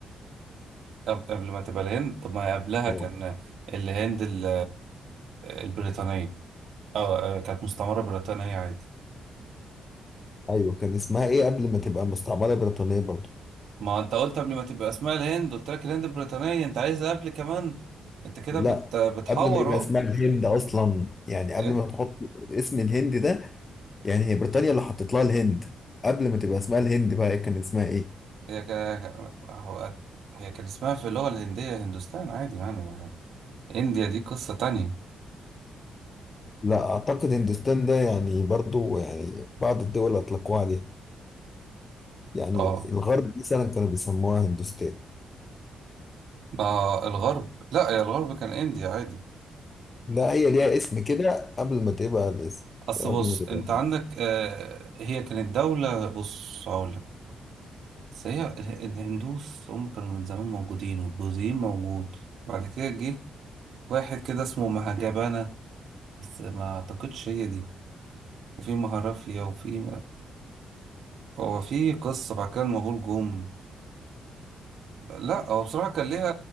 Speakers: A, on the right; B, on the left.
A: قب- قبل ما تبقى الهند طب ما هي قبلها
B: اه
A: كان الهند ال- البريطانية اه آه، كانت مستعمرة بريطانية عادي
B: ايوه كان اسمها ايه قبل ما تبقى مستعمره بريطانيه برضو
A: ما انت قلت قبل ما تبقى اسمها الهند قلت لك الهند البريطانية انت عايز قبل كمان انت كده
B: لا
A: بت... بتحور
B: قبل ما يبقى
A: اهو
B: اسمها الهند اصلا يعني قبل
A: ايه
B: ما تحط اسم الهند ده يعني هي بريطانيا اللي حطت لها الهند قبل ما تبقى اسمها الهند بقى كان اسمها ايه
A: هي ك... هو... هي كان اسمها في اللغة الهندية هندوستان عادي يعني انديا دي قصة تانية
B: لا اعتقد هندوستان ده يعني برضو يعني بعض الدول اطلقوها عليها يعني
A: اه
B: الغرب مثلا كانوا بيسموها هندوستان
A: ما الغرب لا يا الغرب كان انديا عادي
B: لا هي ليها اسم كده قبل ما تبقى الاسم
A: اصل
B: قبل
A: بص
B: ما تبقى
A: انت عندك آه هي كانت دولة بص هقول لك بس هي اله- الهندوس هم كانوا من زمان موجودين والبوذيين موجود وبعد كده جه واحد كده اسمه مهاجبانا بس ما اعتقدش هي دي وفي مهرافيا وفي هو في قصة بعد كده المغول جم لا هو بصراحة كان ليها